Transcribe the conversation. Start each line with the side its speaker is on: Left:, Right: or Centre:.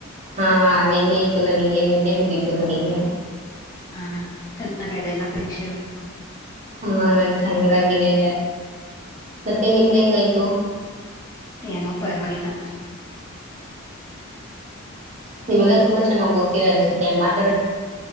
Right: ಹಾ ನೆನ್ನೆ ಇತ್ತು ನಮಗೆ ನೆನ್ನೆ ಮುಗಿತೂ ನಮಗೆ.
Left: ಹಾ ಚೆನ್ನಾಗಾಯ್ತ ಎಲ್ಲಾ ಪರೀಕ್ಷೆಗಳು?
Right: ಹಾ ಚೆನ್ನಾಗಾಗಿದೆ ಮತ್ತೆ ನಿಮ್ದ್ ಹೆಂಗಾಯ್ತು?
Left: ಏನೋ ಪರವಾಗಿಲ್ಲ.
Right: ನೀವೆಲ್ಲ ತಂಬ ಚೆನ್ನಾಗ್ ಓತ್ತಿರ ಅನ್ನ್ಸುತ್ತೆ ಮಾತಾಡೋ